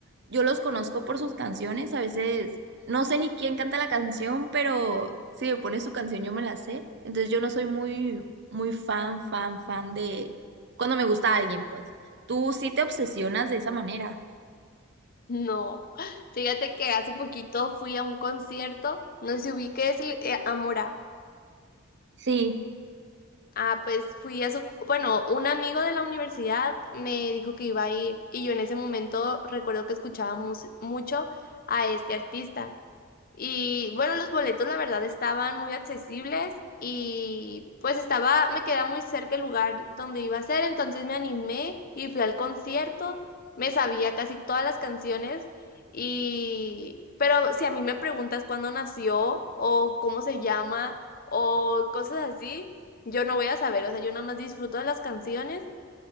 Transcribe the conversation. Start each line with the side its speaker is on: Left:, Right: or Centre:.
Right: yo los conozco por sus canciones, a veces no sé ni quién canta la canción, pero si me pone su canción yo me la sé, entonces yo no soy muy, muy fan, fan, fan de cuando me gusta alguien, pues. Tú sí te obsesionas de esa manera.
Left: No. Fíjate que hace poquito fui a un concierto, no sé si ubiques el- eh, a Mora.
Right: Sí.
Left: Ah, pues fui a su, bueno, un amigo de la universidad me dijo que iba a ir y yo en ese momento recuerdo que escuchaba mus- mucho a este artista. Y bueno, los boletos la verdad estaban muy accesibles y pues estaba, me queda muy cerca el lugar donde iba a ser, entonces me animé y fui al concierto, me sabía casi todas las canciones y, pero si a mí me preguntas cuándo nació o cómo se llama o cosas así, yo no voy a saber, o sea, yo nada más disfruto de las canciones